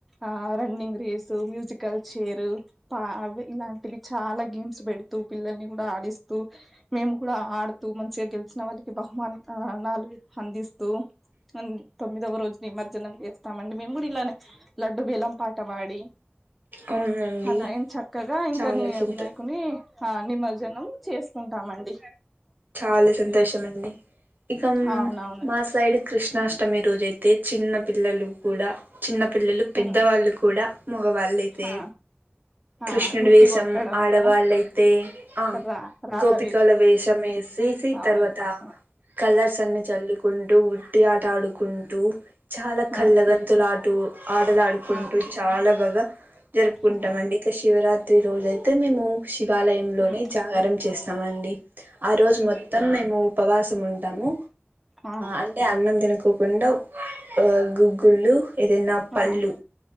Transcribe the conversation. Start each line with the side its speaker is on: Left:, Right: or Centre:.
Centre: ఆ రన్నింగ్ రేస్ మ్యూసికల్ చేర్ పా ఆ ఇవి ఇలాంటివి చాలా గేమ్స్ పెడుతూ పిల్లల్ని కూడా ఆడిస్తూ మేము కూడా ఆడుతూ మంచిగా గెలిచిన వాళ్ళకి బహుమాన్ ఆ నాలు అందిస్తూ అన్ తొమ్మిదవ రోజు నిమర్ జనం చేస్తామండి మేము కూడా ఇలానే లడ్డూ వేలం పాట పాడి
Right: అవునండి
Centre: అలా ఏం చక్కగా ఇంక
Right: చాలా
Centre: నీ
Right: సంతో
Centre: వినాయకుని ఆ నిమర్జనం చేసుకుంటాం అండి
Right: చాలా సంతోషం అండి ఇకం
Centre: అవునవునండి
Right: మా సైడ్ కృష్ణాష్టమి రోజై తే చిన్న పిల్లలు కూడా చిన్న పిల్లలు పెద్దవాళ్ళు
Centre: ఉమ్
Right: కూడ మోగవాళ్ళయితే
Centre: ఆ
Right: కృష్ణుడి
Centre: ఆ ఉట్టి
Right: వేషం
Centre: కొట్టడము
Right: ఆడవాళ్ళైతే ఆ
Centre: రా రాధ
Right: గోపికల వేషం వే సి
Centre: అవును
Right: తర్వాత
Centre: ఆ
Right: కలర్స్ అన్ని చల్లుకుం ఉట్టి ఆట ఆడుకుంటూ చాలా
Centre: ఆ
Right: కళ్ళగత్తులు ఆడు ఆటలు ఆడుకుంటూ
Centre: ఆ
Right: చాల బాగా జరుపుకుంటాం
Centre: ఆ ఆ,
Right: అండి అ శివరాత్రి రోజు అయితే మేము శివాలయంలోనే
Centre: ఉమ్
Right: జాగరం చేస్తామండి ఆ రోజు మొత్తం మేము ఉపవాసం ఉంటాము
Centre: ఆ
Right: అంటే అన్నం తిన ఉండవ్ గుగ్గుళ్ళు ఏదైన పళ్ళు
Centre: ఆ